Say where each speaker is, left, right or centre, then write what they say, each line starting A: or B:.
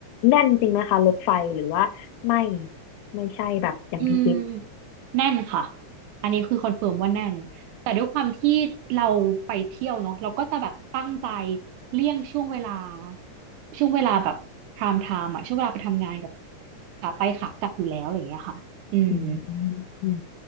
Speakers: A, on the left (about 85°); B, on the right (about 85°).
A: แน่นจริงไหมคะรถไฟหรือว่าไม่ไม่ใช่แบบอย่างที่คิด
B: อืมแน่นค่ะ อันนี้คือคอนเฟิร์มว่าแน่น แต่ด้วยความที่เราไปเที่ยวเนาะเราก็จะแบบตั้งใจเลี่ยงช่วงเวลาช่วงเวลาแบบไทม์ไทม์อะช่วงเวลาไปทำงานกับขาไปขากลับอยู่แล้วอะไรอย่างเงี้ยค่ะอืม
A: อืมอืม